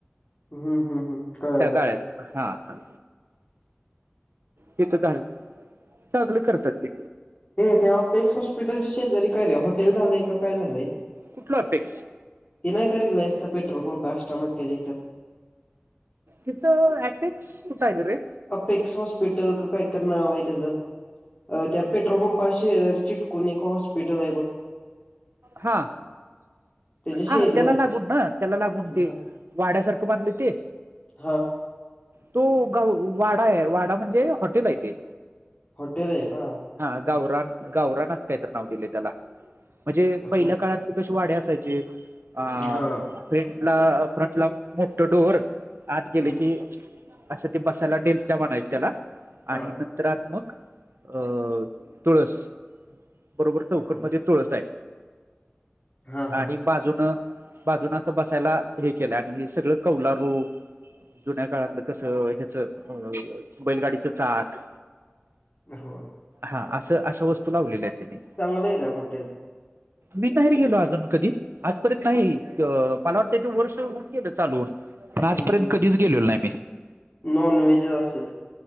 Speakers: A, on the left; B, on the right.
A: हम्म हम्म हम् कळालं
B: त्या गाळ्याच हा ह हेेत तर चांगलं करतात ते
A: हे ते आपेक्स हॉस्पिटलच्या शेजारी काय रे हॉटेल झालेय काय झाले
B: कुठला अपेक्स
A: ते नाही का रे पेट्रोल पंप आष्टा नक जतं
B: इथंअपेक्स कुठ आहे रे
A: अपेक्स हॉस्पिटल का काही तर नाव आहे त्याचं अ त्या पेट्रोल पंपाशी चिटकून एक हॉस्पिटल आहे बघ
B: हा
A: त्याच्या शेजारी
B: हा त्याला लागून ना त्याला लागून ती
A: हा
B: वाड्यासारखं बांधलय ते
A: हा
B: तो गा वाडा आहे वाडा म्हणजे हॉटेल आहे ते
A: हॉटेल आहे का
B: हा गावरान गावरानच काय तर नाव दिले त्याला म्हणजे पहिल्या
A: होय
B: काळातली कशी वाडे असायचे अ
A: हा
B: फ्रंट ला फ्रंट ला मोठ डोर आज गेले
A: हम्म
B: की असं ते बसायला डेलच्या म्हणायच त्याला
A: हा
B: आणि चित्रात्मक अ तुळस बरोबर चौकट
A: होय
B: मध्ये तुळस आहे
A: हा हा
B: आणि बाजून बाजून अस बसायला हे केलं आणि सगळं कौलारू जुन्या काळातलं कसं ह्याच अ बैलगाडीच चाक
A: हो
B: हा असं अशा वस्तू लावलेल्या आहेत त्यांनी
A: चांगलं आहे का हॉटेल
B: मी नाही गेलो अजून कधी आजपर्यंत नाही मला वाटतं ते वर्ष हून गेलं चालू पण आजपर्यंत
A: हम्म हम्म
B: कधीच गेलेलो नाही मी
A: नॉन व्हेजच असेल